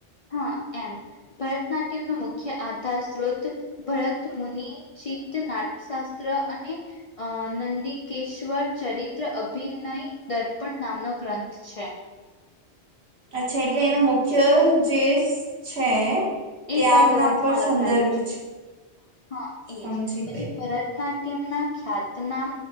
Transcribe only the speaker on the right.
અચ્છા એટલે એનો મુખ્ય જે છે.
તે
આવના
પર સંદર્ભ
સમજી
ગઈ